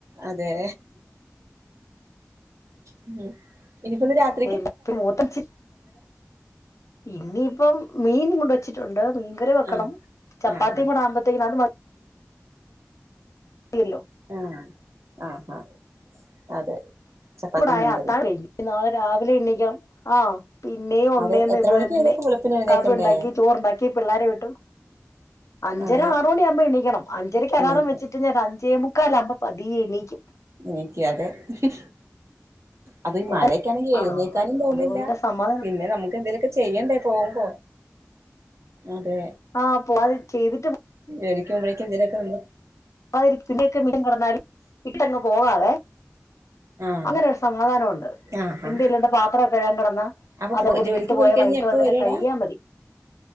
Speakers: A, on the right; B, on the left.
A: അതേ ഉം ഇനിപ്പോ രാത്
B: ഇപ്പോ മൂത്തച്ചി ഇനിയിപ്പം മീൻ കൊണ്ടുവച്ചി ഉണ്ട് മീൻ കറി വെക്കണം
A: ആഹ്
B: ചപ്പാത്തിയും
A: ആഹ്
B: കൂടെ ആവുബത്തേക്കും അത് മതി മതിയല്ലോ
A: ആഹ ആഹ ആഹ അതെ ചപ്പാത്തി
B: കൂടായ
A: മീൻകറി
B: അത്താഴം കഴിഞ്ഞ് ഇനി നാളെ രാവിലെ എണ്ണിക്കണം ആഹ് പിന്നെയും ഒന്നേന്ന്
A: അതെ എത്ര
B: ഇത്
A: മണിക്ക്
B: തന്നെ
A: എഴുന്നേക്കും വെളുപ്പിന് എഴുന്നേക്കണ്ടേ
B: കാപ്പി ഉണ്ടാക്കി ചോറുണ്ടാക്കി പിള്ളാരെ വിട്ടു അഞ്ചര
A: അതെ
B: ആറു മണിയകുമ്പോ എണീക്കണം അഞ്ചരക്ക് അലാറം
A: എണീക്കും
B: വെച്ചിട്ട് പിന്നെ ഒരു അഞ്ചേ മുക്കാല് ആവുമ്പോഴേക്കും പതിയെ എണീക്കും
A: എനിക്ക് അതെഹിഹി അത് മഴയൊക്കെ
B: ഒമ്പത്
A: ആണെങ്കിൽ എഴുന്നേ
B: ആഹ്
A: ക്കാനും തോന്നുന്നില്ല
B: അതുകൊണ്ട് സമാധാനം
A: പിന്നെ നമുക്ക് എന്തെലൊക്കെചെ ചെയ്യണ്ടേ പോകുമ്പോ അതെ
B: ആഹ് പോവാത് ചെയ്തിട്ട്പോ
A: എനിക്കും മ്പോളേക്കും എത്തേലൊക്കെ വന്നു
B: <unintelligible> കടന്നാലും ഇട്ടങ്ങ് പോവാതെ
A: ആഹ്
B: അങ്ങനെ ഒരു സമാധാനം ഉണ്ട്
A: ആഹ് ഹാ
B: എന്തേലുണ്ടേ പാത്രം ഒക്കെ കഴുകാൻ കിടന്നാ
A: അപ്പൊ
B: അതതുപോലെ
A: പോ ജോലിക്ക്
B: ഇട്ടിട്ട്
A: പോയി
B: പോയാ
A: കഴിഞ്ഞാ
B: വൈകിട്ട്
A: എപ്പ
B: വന്നിട്ട്
A: വരുവെടാ
B: കഴികിയാൽ മതി